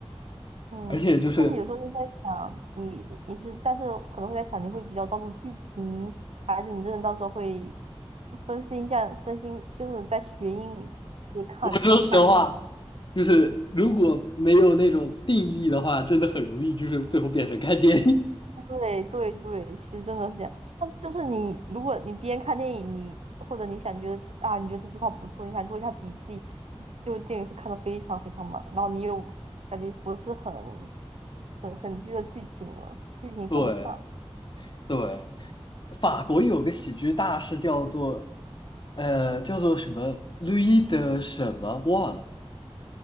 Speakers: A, on the right; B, on the left.
A: 嗯，
B: 而且就是，
A: 但是有时候就在想，你你是，但是可能会在想，你会比较专注剧情，还是你真的到时候会分心一下，分心就是在学英语，就看看看英语。
B: 我说实话，就是如果没有那种定力的话，真的很容易就是最后变成看电影。
A: 对对对，其实真的是这样。但是就是你，如果你边看电影，你或者你想觉得这啊，你觉得这句话不错，你想做一下笔记，就电影会看得非常非常慢，然后你又感觉不是很很很低的剧情了，
B: <laughs>
A: 剧情跟不上，
B: 对对，法国有个喜剧大师叫做呃叫做什么 l o u 的什么忘了。